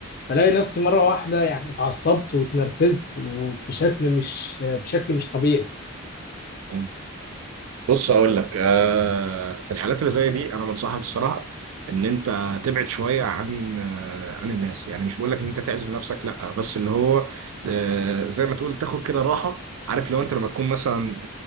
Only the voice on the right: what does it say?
مم. بص اقول لك آه، في الحالات اللي زي دي انا بنصحك الصراحه ان انت تبعد شويه عن آه، عن الناس يعني مش بقول لك ان انت تعزل نفسك لا بس اللي هو آه، زي ما تقول تاخد كده راحه عارف لو انت لما تكون مثلا